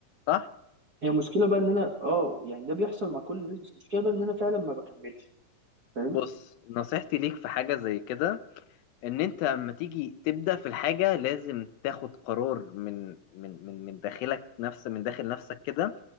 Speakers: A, on the left; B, on the right.
A: صح
B: هي مشكله بقى ان انا اه يعني ده بيحصل مع كل الناس بس المشكله بقى ان انا فعلا ما بكملش فاهم
A: بص نصيحتي ليك في حاجه زي كده ان انت اما تيجي تبدأ في الحاجة لازم تاخد قرار من من من من داخلك نفس من داخل نفسك كده